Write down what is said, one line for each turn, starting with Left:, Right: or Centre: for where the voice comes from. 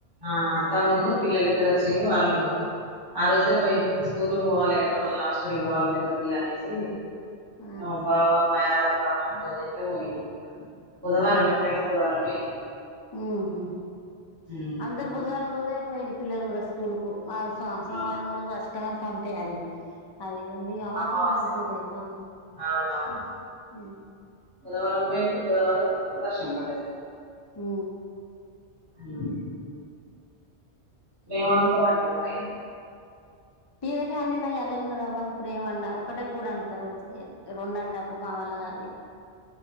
Right: ఆ అత్తమ్మున్ను పిల్లలిద్దరు వచ్చిళ్ళు వాళ్ళు ఆ రోజే పో యిండ్రు స్కూల్ కి పోవాలి కదా మళ్ళీ హాస్టల్ కు పోవాలే పెద్ద పిల్ల అనేసి
Left: ఆ
Right: మా బావ మా ‌ యారలు రమన్ని ఫోన్ చేస్తే పోయి బుధవారమే పోయినా బుధవారం పోఇల్లు
Left: మ్ హు
Right: ఉమ్.
Left: అందరు బుధవారం రోజె పోయిల్లు పిల్లలు కూడా స్కూల్ కు ఆ అ సోమవారం
Right: ఆ,
Left: రోజు అష్టమని పంపే అది అది ఎంది అమాస
Right: అమావాస్య
Left: అని పంపీ లేదు ఆ
Right: అవునవును
Left: మ్
Right: బుధవారం పోయిండ్లు బుధవారం వర్షం పడ్డదీ
Left: మ్
Right: అ.. ఎం వండుతావండి మరి
Left: తియేసే అండి నద్ అదే ఉన్నదవ్వ ఇప్పుడు ఎం వండ ఒక్కటే కూర వండుత రోజుకి రెండు అంటే అబ్బో మా వాల్ల కాదు ఇగ